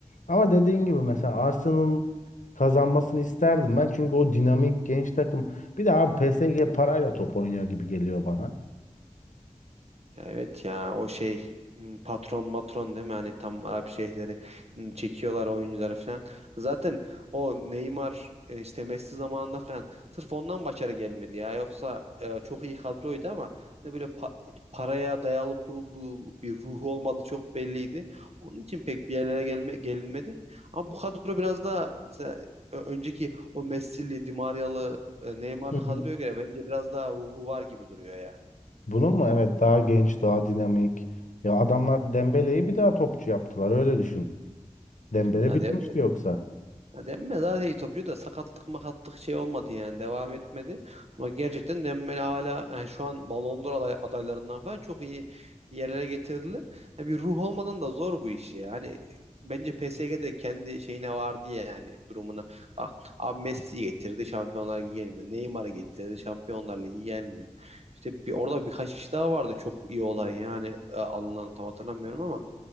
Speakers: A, on the left; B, on the right.
A: Ama dediğin gibi mesela Arsenal'ın kazanmasını isterdim ben. Çünkü o dinamik genç takım. Bir de abi PSG parayla top oynuyor gibi geliyor bana.
B: Ya evet ya o şey m, patron matron değil mi? Hani tam Arap şeyhleri m, çekiyorlar oyuncuları falan. Zaten o Neymar e, işte Messi zamanında falan sırf ondan başarı gelmedi ya. Yoksa e, çok iyi kadroydu ama hani böyle pa- paraya dayalı kurulduğu bir ruhu olmadığı çok belliydi. Onun için pek bir yerlere gelme gelinmedi. Ama bu kadro biraz daha mesela ö- önceki o Messi'li, Di Maria'lı, e, Neymar'lı
A: Hı hı.
B: kadroya göre bence biraz daha ruhu var gibi duruyor ya.
A: Bunun mu? Evet daha genç, daha dinamik. Ya adamlar Dembele'yi bir daha topçu yaptılar öyle düşün. Dembele
B: Ya
A: bitmişti
B: de
A: yoksa.
B: Ya Dembele zaten iyi topçu da sakatlık makatlık şey olmadı yani devam etmedi. Ama gerçekten Dembele hala yani şu an Ballon d'Or aday- adaylarından falan çok iyi yerlere getirdiler. Hani bir ruh olmadan da zor bu işi ya. Hani bence PSG'de kendi şeyine var diye yani durumuna. Bak abi Messi'yi getirdi Şampiyonlar Ligi gelmiyor. Neymar'ı getirdi Şampiyonlar Ligi gelmiyor. İşte bir, orada birkaç kişi daha vardı çok iyi olan yani e, alınan tam hatırlamıyorum ama